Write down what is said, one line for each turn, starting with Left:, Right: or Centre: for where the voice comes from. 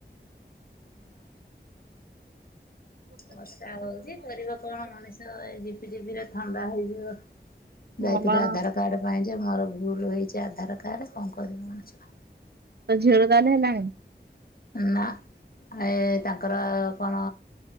Left: ହଁ। ବର୍ଷା ହଉଛି କରିବ କଣ ମଣିଷ ଏ ଝପିଝିପି ରେ ଥଣ୍ଡା ହେଇଯିବ। ଯାଇଥିଲି
Right: ହଁ ବା
Left: ଆଧାର କାର୍ଡ ପାଇଁ ଯେ ମୋର ଭୁଲ ହେଇଛି ଆଧାର କାର୍ଡ କଣ କରିବ ମଣିଷ।
Right: ତ ଝିଅ ର ତାହେଲେ ହେଲାନି।
Left: ନା। ଏ ତାଙ୍କର କଣ